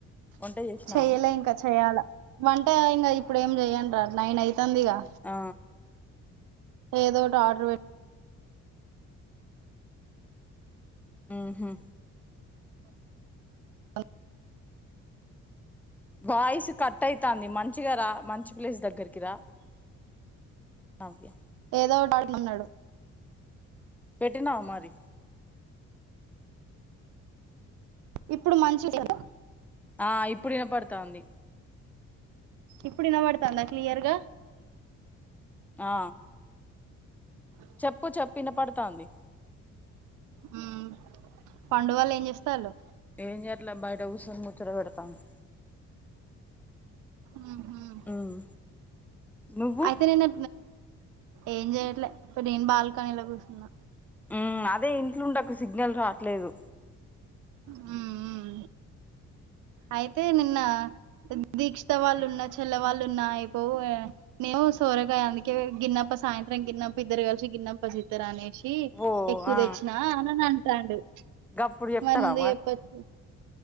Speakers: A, in the centre; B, on the right.
A: వంట చేసినావా
B: చెయ్యలే ఇంకా చెయ్యాలా వంట ఇంగ ఇప్పుడ ఏం చెయ్యన్ రా నైన్ అయితాందిగా
A: అ
B: ఏదో ఒటి ఆర్డర్ పెట్
A: మ్హు
B: అ
A: వాయిస్ కట్ అయితాంది. మంచిగ రా మంచి ప్లేస్ దగ్గరికి రా. నవ్య
B: ఏదో ఓటి అంటున్నాడు
A: పెట్టినావ మరి
B: ఇప్పుడు మంచి లేదా
A: ఆ ఇప్పుడు వినపడుతాంది.
B: ఇప్పుడు ఇనబడుతాంద క్లియర్ గా
A: ఆ
B: అ
A: చెప్పు చెప్పు ఇనపడ్తాంది
B: మ్ పండువాళ్ళు ఏం చేస్తళ్ళు
A: ఏం చేయట్లే బయట కూసుని, ముచ్చట పెడతాంది.
B: మ్హు
A: ఉమ్ నువ్వు
B: అయితే నేను ఏం చేయట్లే ఇప్పుడ్ నేను బాల్కనీలో కూర్చున్న.
A: మ్ అదే ఇంట్లో ఉండకు సిగ్నల్ రావట్లేదు.
B: మ్ మ్ అయితే నిన్న దీక్షిత వాళ్ళున్న చెల్ల వాళ్ళున్నా అయిపోవు. మేము సోరగాయ అందుకే గిన్నప్ప సాయంత్రం గిన్నప్ప ఇద్దరు కలిసి గిన్నప్ తప్పచితర అనేసి
A: ఓ
B: ఎక్కువ
A: ఆ
B: తెచ్చినా అనని అంటాండు
A: గప్పుడు చెప్తారా
B: మరి ముందే చెప్పొచ్చుగా